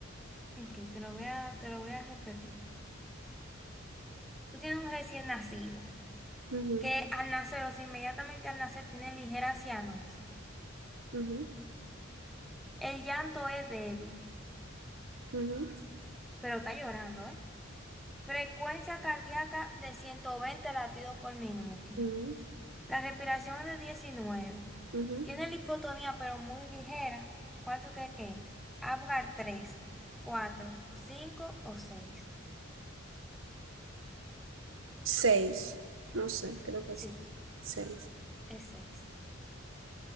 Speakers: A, in the centre; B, on the right (about 75°).
A: Ok, te lo voy a, te lo voy a repetir. Tú tienes un recién nacido
B: Ujú,
A: que al nacer o sea, inmediatamente al nacer tiene ligera cianosis.
B: ujú,
A: El llanto es débil,
B: ujú,
A: pero está llorando, ¿eh? Frecuencia cardíaca de 120 latidos por minuto.
B: ujú,
A: La respiración es de 19.
B: ujú.
A: Tiene la hipotonía, pero muy ligera. ¿Cuál tú crees que es? Apgar 3, 4, 5 o 6.
B: Seis. No sé, creo que
A: Sí,
B: sí. Seis.
A: es seis.